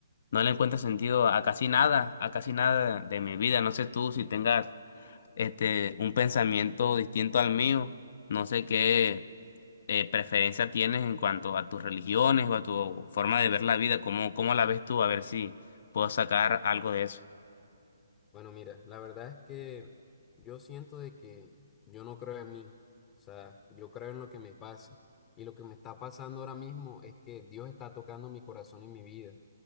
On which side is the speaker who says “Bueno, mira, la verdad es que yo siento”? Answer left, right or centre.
Left